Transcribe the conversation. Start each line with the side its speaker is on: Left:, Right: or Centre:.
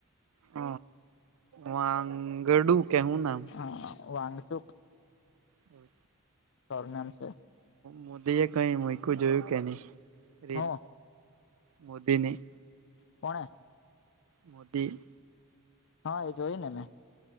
Right: હ. વાંગડુ, કે હું નામ?
Left: હા. વાંગડુક.
Right: હમ્મ.
Left: સરનેમ છે.
Right: મોદીએ કઈ મુયકુ જોયું કે ની? રીલ.
Left: હ
Right: મોદીની.
Left: કોણે?
Right: મોદી.
Left: હ એ જોઇને મેં.